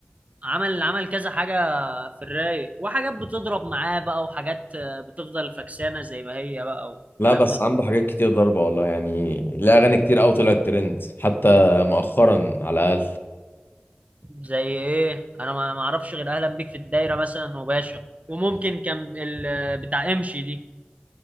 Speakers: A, on the right (about 35°); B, on the left (about 60°).
A: عمل عمل كذا حاجه في الرايق وحاجات بتضرب معاه بقى وحاجات آه، بتفضل فكسانه زي ما هي بقى والكلام
B: لا بس
A: ده
B: عنده حاجات كتير ضربه والله يعني ليه اغاني كتير قوي طلعت ترند حتى مؤخرا على الاقل
A: زي ايه انا ما ما اعرفش غير اهلا بيك في الدايره مثلا وباشا وممكن كان ال- بتاع امشي دي